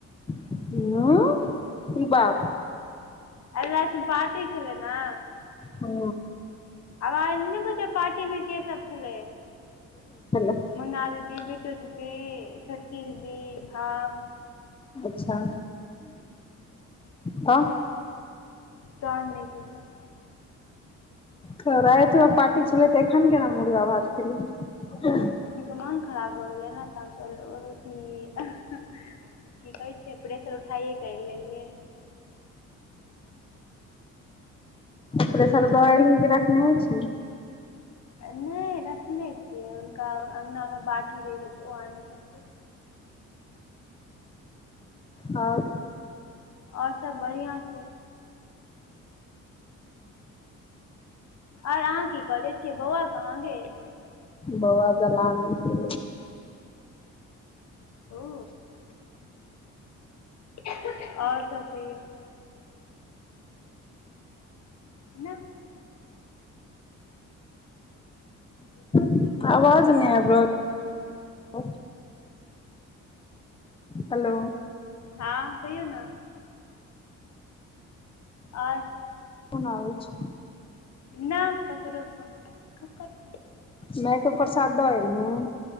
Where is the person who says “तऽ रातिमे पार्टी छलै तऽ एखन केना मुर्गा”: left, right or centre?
Left